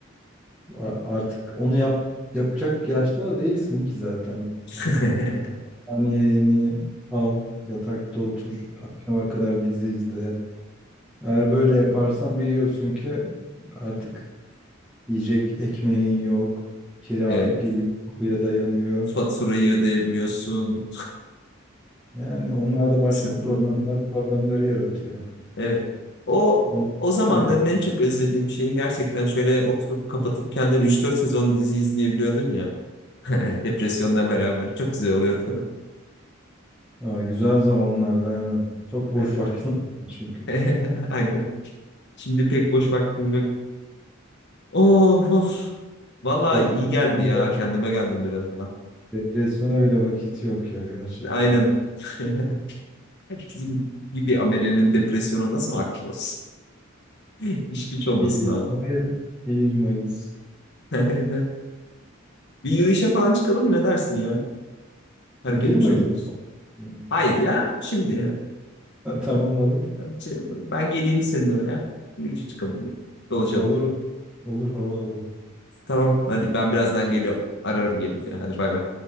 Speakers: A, in the centre; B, on the left.
A: a- artık onu yap yapacak yaşta da değilsin ki zaten.
B: <laughs>
A: Yani yeğeni al, yatakta otur, akşama kadar dizi izle. Eğer böyle yaparsan biliyorsun ki artık yiyecek ekmeğin yok, kira
B: Evet.
A: geliyor, kapıya dayanıyor.
B: Faturayı ödemiyorsun.
A: Yani onlar da başka
B: Sırf
A: problemler,
B: onu.
A: problemleri yaratıyor.
B: Evet. O
A: Onu
B: o zamanların
A: sen yap.
B: en çok özlediğim şeyi gerçekten şöyle oturup kapatıp kendini üç dört sezon dizi izleyebiliyordun ya. <laughs> Depresyonla beraber. Çok güzel oluyordu.
A: Aa, güzel zamanlarda aynen. Çok boş
B: <laughs> Aynen.
A: <laughs> vaktim vardı çünkü.
B: <laughs> Aynen. Şimdi pek boş vaktim yok. Of of. Valla
A: Depresyona
B: iyi geldi
A: bile,
B: ya. Kendime geldim biraz ya.
A: depresyona bile vakit yok ya gerçekten.
B: Aynen. <laughs> Herkesin gibi amelenin depresyona nasıl vakti olsun? <laughs> İş güç olması
A: bir
B: lazım.
A: Mayıs. bir Mayıs.
B: <laughs> Bir yürüyüşe falan çıkalım mı? Ne dersin ya? Hareket
A: 1
B: etmiş
A: Mayıs
B: oluruz.
A: mı?
B: Hayır ya. Şimdi ya.
A: <laughs> Tamam olur.
B: Şey, Ben geleyim senin oraya. Yürüyüşe çıkalım. Dolaşalım.
A: Olur olur hava alalım.
B: Tamam. Hadi ben birazdan geliyorum. Ararım gelince. Hadi bay bay.